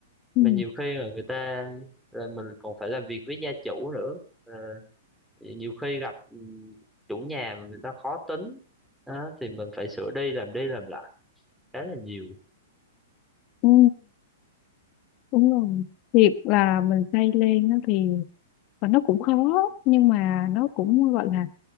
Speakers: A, on the left; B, in the centre.
A: ừ.
B: mà nhiều khi mà người ta là mình còn phải làm việc với gia chủ nữa Ờ, nhiều khi gặp ừm, chủ nhà mà người ta khó tính á, thì mình phải sửa đi làm đi làm lại khá là nhiều
A: Ừ. Đúng rồi. Việc là mình xây lên á thì và nó cũng khó nhưng mà nó cũng gọi là